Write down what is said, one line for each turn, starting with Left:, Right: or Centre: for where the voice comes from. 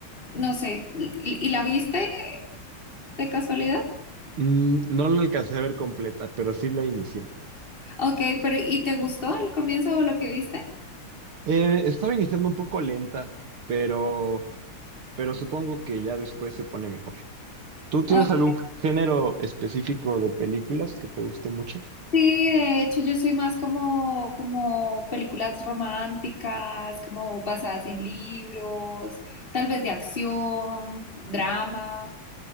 Left: No sé, ¿y y la viste de casualidad?
Right: Mm, no la alcancé a ver completa, pero sí la inicié.
Left: Ok, pero ¿y te gustó el comienzo o lo que viste?
Right: Eh, estaba iniciando un poco lenta, pero, pero supongo que ya después se pone mejor. ¿Tú tienes
Left: Ok,
Right: algún género específico de películas que te guste mucho?
Left: Sí, de hecho yo soy más como, como películas románticas, como basadas en libros, tal vez de acción, drama.